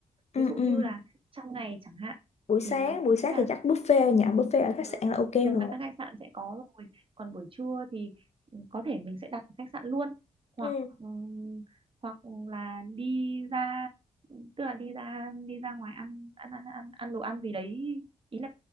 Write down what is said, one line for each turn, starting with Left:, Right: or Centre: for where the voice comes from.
Left: ừ,
Right: ví dụ
Left: ừ.
Right: như là trong ngày chẳng hạn
Left: buổi
Right: thì
Left: sáng
Right: tôi
Left: buổi sáng
Right: nghĩ là
Left: thì chắc buffet nhỉ buffet ở khách
Right: ừ,
Left: sạn là ok
Right: thường
Left: rồi
Right: là các khách sạn sẽ có rồi, còn buổi trưa thì ừ, có thể mình sẽ đặt ở khách sạn luôn hoặc
Left: ừ,
Right: ừ, hoặc là đi ra tức là đi ra đi ra ngoài ăn ăn ăn ăn ăn đồ ăn gì đấy ý là